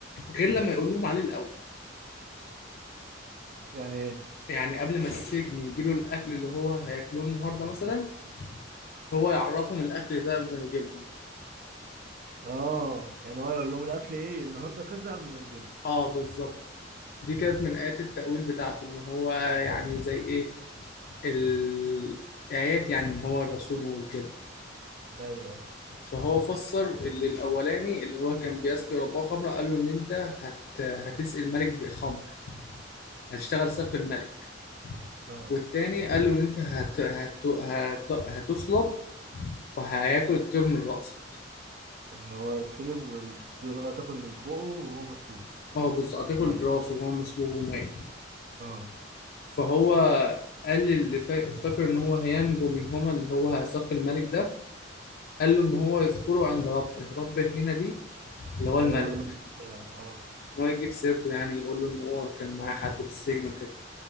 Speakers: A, on the left; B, on the right.
A: غير لما يقول لهم عليه الاول
B: يعني ايه
A: يعني قبل ما السجن يجي له الاكل اللي هو هياكلوه النهارده مثلا هو يعرفهم الاكل ده قبل ما يجي لهم
B: اه يعني هو يقول لهم الاكل ايه النهارده كذا قبل ما يجي لهم.
A: اه بالظبط دي كانت
B: امم
A: من ايات التأويل بتاعته ان هو يعني زي ايه ال- الايات يعني ان هو الرسول وكده
B: ايوه ايوه
A: فهو فسر اللي الاولاني اللي هو كان بيسقي رباه خمره قال له ان انت هت هتسقي الملك بخمر هتشتغل ساقي الملك
B: اه
A: والتاني قال له ان انت هت... هت... هت... هتصلب وهياكل الطير من راسك
B: اللي هو يتسلب والطيارة تاكل من فوقه وهو مصلوب
A: اه بالظبط هتاكل
B: وميت
A: راسه وهو مسلوب وميت
B: اه
A: فهو قال اللي فا... افتكر ان هو هينجو منهما اللي هو هيثاق الملك ده قال له ان هو يذكره عند ربه ربه هنا دي اللي
B: اللي
A: هو الملك
B: هو الملك بتاعه اه
A: ان هو يجيب سيرته يعني يقول له ان هو كان معاه حد في السجن وكده